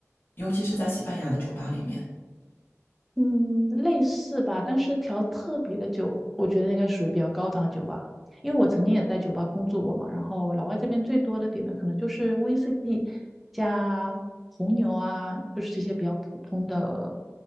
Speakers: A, on the left; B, in the centre.
A: 尤其是在西班牙的酒吧里面。
B: 嗯，类似吧，但是调特别的酒，我觉得应该属于比较高档的酒吧，因为我曾经也在酒吧工作过嘛。然后老外这边最多的点的可能就是 V C D 加红牛啊，就是这些比较普通的，